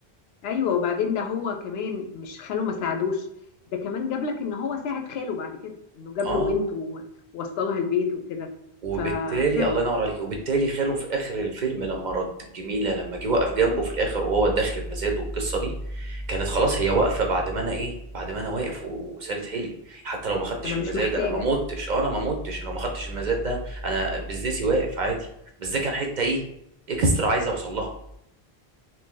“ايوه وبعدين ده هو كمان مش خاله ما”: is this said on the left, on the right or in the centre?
Left